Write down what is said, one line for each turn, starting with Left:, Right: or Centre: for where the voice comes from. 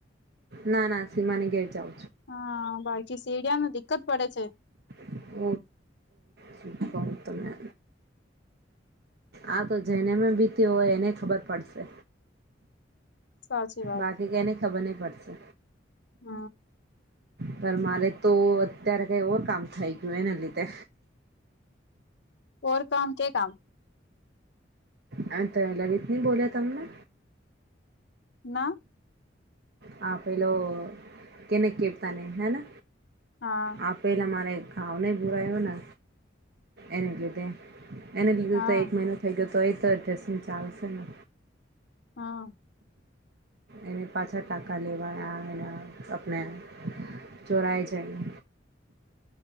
Right: ના ના સિમાને ઘેર જાવ
Left: હા <unintelligible> સીડીયા ન દિકકત પડે છે
Right: <unintelligible> શુ કઉં તમને આ તો જેને પર બીત્યું હોય એને ખબર પડશે
Left: સાચી
Right: બાકી એને ખબર નહી પડશે
Left: હ
Right: પણ મારે તો અત્યારે કઈ ઓર કામ થઈ ગયું એના લીધે
Left: ઓર કામ કે કામ
Right: હા તો લલિતની બોલ્યા તમને
Left: ના
Right: હા પેલો કેને કરતા નહીં હેને
Left: હા
Right: આપ પેલા મારે ઘાવ નહીં બુરાવ્યો ને એને લીધે એને લીધે
Left: હા
Right: તો એક મહિનો થઈ ગયો હતો એ તો ડ્રેસિંગ ચાલશે ને
Left: હા
Right: એની પાછળ ટાકા લેવાયા એના આપણે ચોરાય જાયને